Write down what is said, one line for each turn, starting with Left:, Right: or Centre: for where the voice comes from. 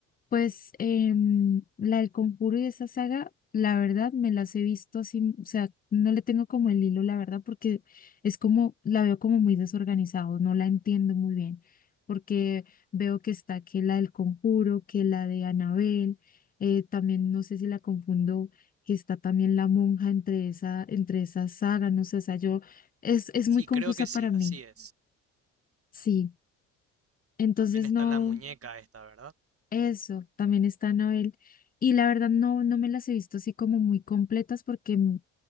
Left: Pues em, la del Conjuro y esa saga, la verdad me las he visto así, o sea, no le tengo como el hilo, la verdad, porque es como, la veo como muy desorganizado, no la entiendo muy bien, porque veo que está que la del Conjuro, que la de Anabel, eh, también no sé si la confundo, que está también la monja entre esa, entre esa saga, no sé, o sea, yo, es, es muy
Right: Sí,
Left: confusa
Right: creo que
Left: para
Right: sí,
Left: mí,
Right: así es.
Left: sí, entonces
Right: También está
Left: no.
Right: la muñeca esta, ¿verdad?
Left: Eso, también está Anabel. Y la verdad no, no me las he visto así como muy completas porque, mm,